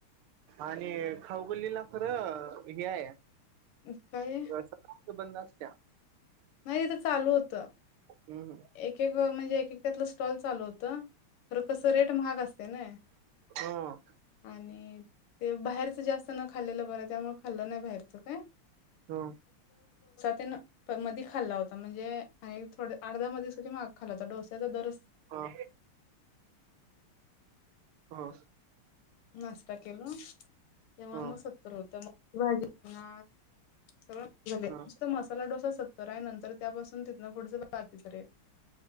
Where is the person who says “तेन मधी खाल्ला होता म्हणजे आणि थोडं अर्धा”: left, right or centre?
Left